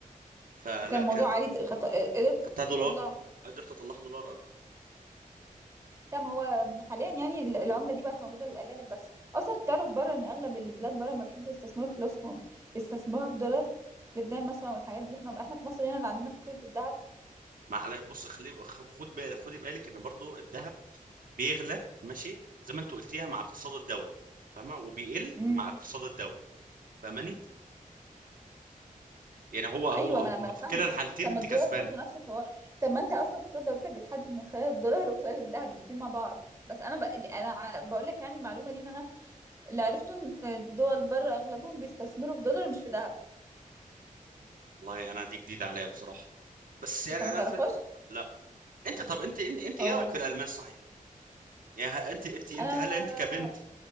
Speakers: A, on the right; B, on the right.
A: فلا
B: وكان الموضوع
A: كانت
B: عادي تق- خط- قدرت
A: خدتها
B: تطلعه
A: دولار قدرت اطلعها دولار اه
B: لا ما هو حاليا يعني العملة دي بقت موجودة للأجانب بس أصلا تعرف بره إن أغلب البلاد بره ما بيحبوا يستثمروا فلوسهم بيستثمروها في دولار لبنان مثلا والحاجات دي احنا احنا في مصر هنا اللي عندنا فكرة الذهب
A: معلش بص خلي خ- خد بالك خدي بالك ان برضو الذهب بيغلى ماشي زي ما انت قلتيها مع اقتصاد الدوله فاهمه وبيقل
B: امم
A: مع اقتصاد الدوله فاهماني يعني هو هو
B: أيوه
A: هو
B: ما أنا ما أنا
A: في
B: فاهمة
A: كلا الحالتين
B: طب
A: انت
B: ما الدولار
A: كسبانه
B: برضه نفس الحوار طب ما أنت أصلا اقتصاد دولتك بيتحدد من خلال الدولار وخلال الذهب الاتنين مع بعض بس أنا بق... أنا ع- بقول لك يعني المعلومة دي إن أنا اللي عرفته إن الدول بره أغلبهم بيستثمروا في دولار مش في ذهب
A: والله انا دي جديده عليا بصراحه بس يعني
B: أنت
A: انا
B: ما تعرفهاش؟
A: في... لا انت طب انت انت
B: اه
A: ايه رايك في الالماس صحيح يعني ه- انت انت انت
B: أنا
A: هل انت كبنت